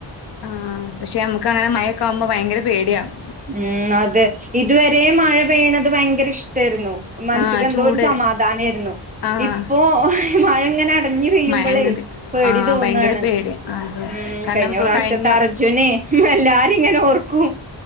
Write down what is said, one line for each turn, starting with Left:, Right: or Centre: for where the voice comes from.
Left: ആഹ പക്ഷെ നമുക്ക് അങ്ങനെ മഴക്കെ ആവുമ്പോ ഭയങ്കര പേടിയാണ്
Right: ഉം അതെ ഇതുവരെ മഴ പെയ്യണത് ഭയങ്കര ഇഷ തരുന്നു മനസ്സക്ക്
Left: ആഹ്
Right: എന്തോ
Left: ചൂട്
Right: ഒരു സമാധാനമായിരുന്നു
Left: ആഹ്
Right: ഇപ്പൊ മഴ ഇങ്ങനെ പറഞ്ഞു വെയ്യുമ്പോളെ
Left: മഴങ്ങട്
Right: പേടി
Left: ആഹ്
Right: തോന്നാണ്
Left: ഭയങ്കര പേടി അതെ
Right: ഉ
Left: കാരണം
Right: കഴിഞ്ഞ
Left: ഇപ്പൊ
Right: പ്രാവശ്യത്തെ
Left: കഴിഞ്ഞ
Right: അർജുനെ എല്ലും ഇങ്ങനെ ഓർ ഓ